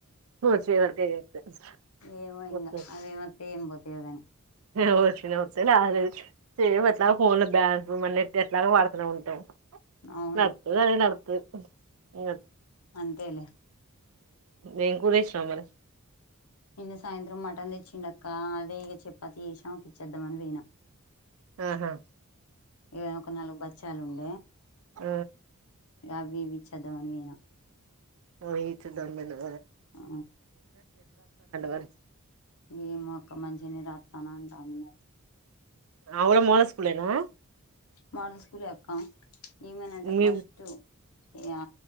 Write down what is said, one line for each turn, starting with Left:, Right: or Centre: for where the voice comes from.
Right: <unintelligible>
Left: ఏమో ఇంగ అదేమతే ఏం పోతాయో గాని
Right: వచ్చిన వచ్చాదు సేమ్్ అట్లా ఫోన్లు బ్యాన్ మన్నట్ ఎట్లాగ వాడుతనే ఉంటాం
Left: అవును
Right: నడుతు అనే నడుతు ఏ
Left: అంతేలే
Right: నేను కూడా చేసిన
Left: నిన్న సాయంత్రం మటన్ తెచ్చిండక్క అదే ఇక చపాతి చేసా ఒక ఇచ్చేద్దామని వయినా
Right: ఆహా
Left: ఇ ఒక నాలుగు బచ్చాలు ఉండ
Right: ఆ
Left: అవి ఇవి చదవని పోయిన
Right: ఆ ఈచ్చ దొంగలు
Left: ఆ
Right: మరి
Left: ఇ మక్క మంచినే రాత్ర తనంట అ మ
Right: అవును మోడల్ స్కూల్ ఏ నా
Left: మోడల్ స్కూల్ అక్క ఏమనంట
Right: మీ
Left: ఫస్ట్ యా